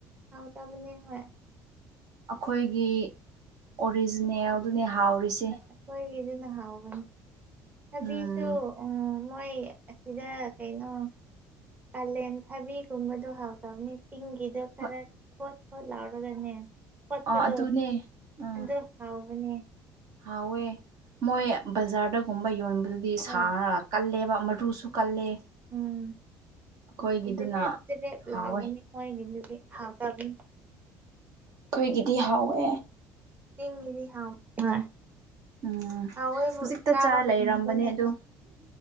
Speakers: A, on the right; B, on the right.
A: ꯍꯥꯎꯇꯕꯅꯦ ꯍꯣꯏ
B: ꯑꯈꯣꯏꯒꯤ ꯑꯣꯔꯤꯖꯤꯅꯦꯜꯗꯨꯅꯦ ꯍꯥꯎꯔꯤꯁꯦ
A: ꯑꯩꯈꯣꯏꯒꯤꯗꯤꯅ ꯍꯥꯎꯕꯅꯤ ꯊꯕꯤꯁꯨ
B: ꯎꯝ
A: ꯎꯝ ꯃꯣꯏ ꯑꯁꯤꯗ ꯀꯩꯅꯣ ꯀꯥꯂꯦꯟ ꯊꯕꯤꯒꯨꯝꯕꯗꯣ ꯍꯥꯎꯇꯕꯅꯤ ꯏꯤꯡꯒꯤꯗꯣ ꯈꯔ
B: ꯍꯣꯏ
A: ꯊꯣꯠ ꯊꯣꯠ ꯂꯥꯎꯔꯒꯅꯦ ꯊꯣꯠꯄꯗꯣ
B: ꯑ ꯑꯗꯨꯅꯦ ꯑ
A: ꯑꯗꯨ ꯍꯥꯎꯕꯅꯦ
B: ꯍꯥꯎꯋꯦ ꯃꯣꯏ ꯕꯖꯥꯔꯗꯒꯨꯝꯕ ꯌꯣꯟꯕꯗꯨ ꯗꯤ ꯁꯥꯡꯉꯒ
A: ꯍꯣꯏ
B: ꯀꯜꯂꯦꯕ ꯃꯔꯨꯁꯨ ꯀꯜꯂꯦ
A: ꯎꯝ
B: ꯑꯩꯈꯣꯏꯒꯤꯗꯨꯅ
A: ꯖꯤꯕꯦꯠ ꯆꯤꯕꯦꯠ ꯂꯥꯎꯕꯅꯤ
B: ꯍꯥꯎꯋꯦ
A: ꯃꯣꯏꯒꯤꯗꯨꯗꯤ ꯍꯥꯎꯇꯕꯅꯤ
B: ꯑꯈꯣꯏꯒꯤꯗꯤ ꯍꯥꯎꯋꯦ
A: ꯆꯤꯡꯒꯤꯅꯤ ꯍꯥꯎ ꯍꯣꯏ
B: ꯎꯝ
A: ꯍꯥꯏꯋꯦꯕꯨ
B: ꯍꯧꯖꯤꯛꯇ
A: ꯆꯥꯕ
B: ꯆꯥꯔ ꯂꯩꯔꯝꯕꯅꯦ
A: ꯐꯪꯗꯦꯅꯦ ꯑꯈꯣꯏ
B: ꯑꯗꯨ